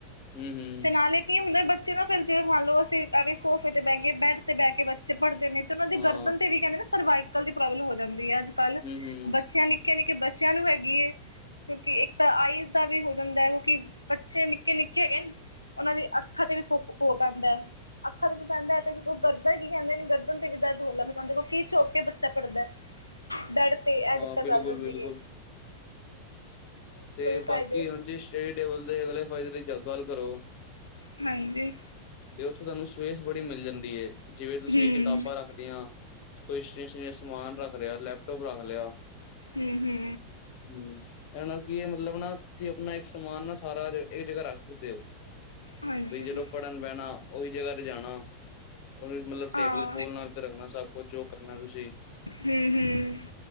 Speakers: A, on the left; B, on the left.
A: ਹੂੰ-ਹੂੰ
B: ਤੇ ਨਾਲੇ ਕੀ ਹੁੰਦਾ ਬੱਚੇ ਦਾ ਫਿਰ ਜੇ ਮੰਨ ਲਓ ਅਸੀਂ ਐਂ ਸੋਫੇ ਤੇ ਬਹਿ ਕੇ ਬੈੱਡ ਤੇ ਬਹਿ ਕੇ ਬੱਚੇ ਪੜ੍ਹਦੇ। ਨੇ ਤੇ ਉਹਨਾਂ ਦੇ
A: ਹਾਂ
B: ਗਰਦਨ ਤੇ ਵੀ ਕੈਂਦੇ ਨਾ ਸਰਵਾਈਕਲ ਦੀ ਪ੍ਰੋਬਲਮ ਹੋ ਜਾਂਦੀ ਹੈ ਅੱਜ ਕੱਲ੍ਹ
A: ਹੂੰ ਹੂੰ
B: ਬੱਚਿਆਂ ਨ ਨਿਕੇ-ਨਿਕੇ ਬੱਚਿਆਂ ਨੂੰ ਹੈਗੀ ਏ। ਕਿਉਂਕਿ ਇੱਕ ਤਾਂ ਆਈਜ਼ ਦਾ ਵੀ ਹੋ ਜਾਂਦਾ ਹੈ ਕਿਉਂਕਿ ਬੱਚੇ ਨਿੱਕੇ-ਨਿੱਕੇ ਹੈਗੇ ਨ ਉਹਨਾਂ ਦੀ ਅੱਖਾਂ ਤੇ ਵੀ ਫੋਕ ਹੋ ਪੈਂਦਾ ਹੈ ਅੱਖਾਂ ਤੇ ਵੀ ਪੈਂਦਾ ਹੈ ਤੇ ਗਰਦਾ ਕੀ ਕੈਂਦੇ ਗਰ ਗਰਦਨ ਤੇ ਵੀ ਦਰਦ ਹੋਣ ਲੱਗ ਜਾਂਦੇ ਕਿਉਕਿ ਝੁਕ ਕੇ ਬੱਚਾ ਪੜ੍ਹਦਾ ਬੈ ਤੇ ਐ
A: ਹਾਂ
B: ਦਿਕੱਤ
A: ਬਿਲਕੁਲ
B: ਆ ਜਾਂਦੀ
A: ਬਿਲਕੁਲ
B: ਏ।
A: ਤੇ
B: ਫਾਇਦੇ
A: ਬਾਕੀ ਹੁਣ ਜੀ ਸਟੇਟ ਲੇਵਲ ਦੇ ਅਗਲੇ ਫਾਇਦੇ ਦੀ ਗੱਲ ਕਰੋ।
B: ਹਾਂਜੀ
A: ਤੇ ਉੱਥੇ ਤੁਹਾਨੂੰ ਸਪੇਸ ਬੜੀ ਮਿਲ ਜਾਂਦੀ ਏ। ਜਿਵੇਂ ਤੁਸੀਂ
B: ਹੂੰ-ਹੂੰ
A: ਕਿਤਾਬਾਂ ਰੱਖ ਲਈਆਂ ਕੋਈ ਸਟੇਸ਼ਨ ਸਮਾਨ ਰੱਖ ਲਿਆ ਲੈਪਟੋਪ ਰੱਖ ਲਿਆ।
B: ਹੂੰ-ਹੂੰ
A: ਹੂੰ ਇਹ ਨਾਲ ਕੀ ਹੈ ਮਤਲਬ ਨਾ ਤੁਸੀਂ ਆਪਣਾ ਇੱਕ ਸਮਾਨ ਨਾ ਸਾਰਾ ਇੱਕ ਜਗ੍ਹਾ ਰੱਖ ਸਕਦੇ ਹੋ।
B: ਹਾਂਜੀ
A: ਵੀ ਜਦੋਂ
B: ਬਿਲਕੁਲ
A: ਪੜ੍ਹਨ ਬੈਣਾ ਉਹੀ ਜਗ੍ਹਾ ਤੇ ਜਾਣਾ ਉਹਨੂੰ ਮਤਲਬ
B: ਹਾਂ
A: ਟੇਬਲ ਖੋਲ ਨਾਲ ਰੱਖਣਾ ਸਭ ਕੁਝ ਜੋ ਕਰਨਾ ਤੁਸੀਂ
B: ਹੂੰ ਹੂੰ